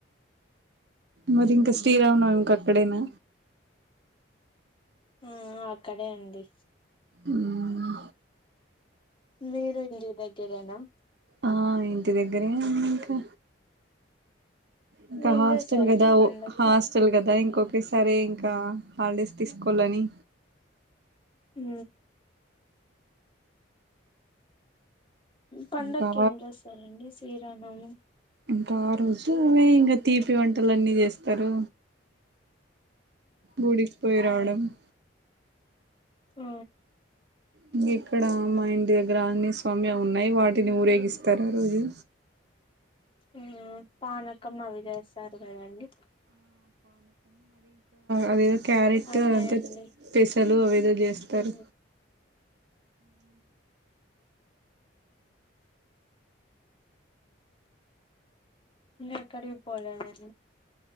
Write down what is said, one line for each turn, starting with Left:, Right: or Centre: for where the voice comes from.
Right: మరి ఇంక శ్రీ రామనవమి కి అక్కడేనా
Left: ఆ అక్కడే అండి
Right: ఆ
Left: మీరు ఇంటి దగ్గరేనా
Right: ఆ ఇంటి దగ్గరే ఇంకా ఇంకా
Left: ఏం
Right: హాస్టెల్
Left: చేస్తారండి
Right: కదా
Left: పండక్కి
Right: హాస్టెల్ కదా ఇంకా ఇంకొకే సారి ఇంకా హాలిడేస్ తీసుకోవాలని
Left: హ పండకు
Right: ఇంకా
Left: ఏం చేస్తారండి శ్రీరానము
Right: ఇంకా ఆ రోజులువే ఇంకా తీపి వంటలు అన్నీ చేస్తారు గుడికిపోయి రాడం అ
Left: ఆ
Right: ఇంక ఇక్కడ మా ఇంటి దగ్గర అన్ని స్వామ్య ఉన్నాయి వాటిని ఊరేగిస్తారు ఆ రోజు
Left: ఆ పానకమ అవిలేేశారు కదండి
Right: అదే క్యారెట్
Left: అదే
Right: అదంతా
Left: అండి
Right: పెసలు అవిదో చేస్తారు
Left: ఉ ఇక్కడ పోలేదీ